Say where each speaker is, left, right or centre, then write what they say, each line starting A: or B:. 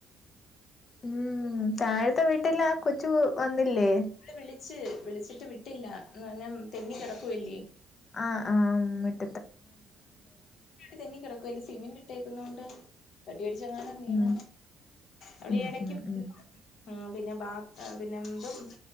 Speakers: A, on the left; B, on the left.
A: ഉം താഴത്തെ വീട്ടിലെ ആ കൊച്ചു വന്നില്ലേ
B: വിളിച്ച് വിളിച്ചിട്ട് വിട്ടില്ല എന്ന് പറഞ്ഞാ തെന്നി കെടക്കുവല്ലേ
A: ആഹ് ആഹ് മിട്ട്
B: തെന്നി കെടക്കുവല്ലേ സിമെന്റ് ഇട്ടകൊണ്ട് പട്ടി കടിച്ചെങ്ങാനും വീണാ
A: ഉം
B: അവളീ
A: ഉം
B: എടക്ക്
A: ഉം ഉം
B: ഉം പിന്നെ ബാത് ആഹ് പിന്നെ ഇതും